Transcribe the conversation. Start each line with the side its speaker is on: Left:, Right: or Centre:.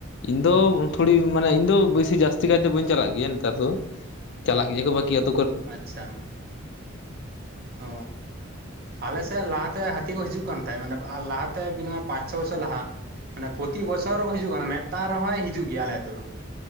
Left: ᱤᱧ ᱫᱚ ᱛᱷᱚᱲᱤ ᱢᱟᱱᱮ ᱤᱧ ᱫᱚ ᱵᱮᱥᱤ ᱡᱟᱹᱥᱛᱤ ᱠᱟᱭᱛᱮ ᱵᱟᱹᱧ ᱪᱟᱞᱟᱜ ᱜᱮᱭᱟ ᱱᱮᱛᱟᱨ ᱫᱚ᱾ ᱪᱟᱞᱟᱜ ᱜᱮᱭᱟ ᱠᱚ <inaudible>
Right: ᱟᱪᱪᱷᱟ ᱾ ᱚ ᱟᱞᱮᱥᱮᱫ ᱞᱟᱦᱟᱛᱮ ᱦᱟᱹᱛᱤ ᱠᱚ ᱦᱤᱡᱩᱜ ᱠᱟᱱ ᱛᱟᱭ ᱢᱟᱱᱮ ᱟᱨ ᱞᱟᱦᱟᱛᱮ ᱵᱤᱢᱟ <inaudible> ᱯᱟᱸᱪ ᱪᱷᱚ ᱵᱚᱪᱷᱚᱨ ᱞᱟᱦᱟ ᱾ ᱢᱟᱱᱮ ᱯᱨᱚᱛᱤ ᱵᱚᱪᱷᱚᱨ ᱨᱮ ᱠᱚ ᱦᱤᱡᱩᱜ ᱠᱟᱱᱟ ᱢᱤᱫᱴᱟᱝ ᱨᱮᱦᱚᱸᱚᱭ ᱦᱤᱡᱩᱜ ᱜᱮᱭᱟ ᱟᱞᱮ ᱟᱹᱛᱩ ᱫᱚ ᱾